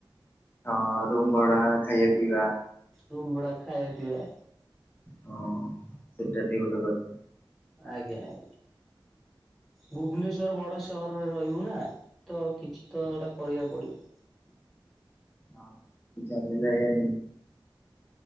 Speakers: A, on the left; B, in the centre.
A: ହଁ ରୁମ୍ ଭଡା ଖାଇବା ପିଇବା।
B: ରୁମ ଭୁଡା ଖାଇବା ପିଇବା।
A: ହଁ ସେଟା ବି ଗୋଟେ କଥ
B: ଆଜ୍ଞା ଆଜ୍ଞା। ଭୁବନେଶ୍ଵର ବଡ ସହରରେ ରହିବୁ ନା ତ କିଛି ତ ଏଇଟା କରିବାକୁ ପଡିବ।
A: ହଁ ବିଚାରେ <unintelligible>